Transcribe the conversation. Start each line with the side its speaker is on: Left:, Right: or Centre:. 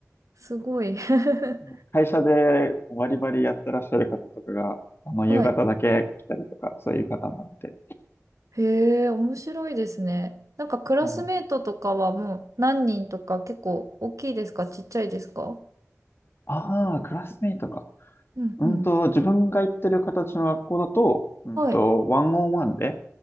Right: すごい。<laughs>
Left: もう会社でバリバリやってらっしゃる方とかが、あの、夕方だけ来たりとか、
Right: はい。
Left: そういう方もいて。
Right: へえ、面白いですね。なんかクラスメートとかはもう何人とか結構大きいですかちっちゃいですか
Left: うん、ああ、クラスメイトか。
Right: うんうん。
Left: うんと、自分が行ってる形の学校だと、うんと、
Right: はい。
Left: ワンオンワンで、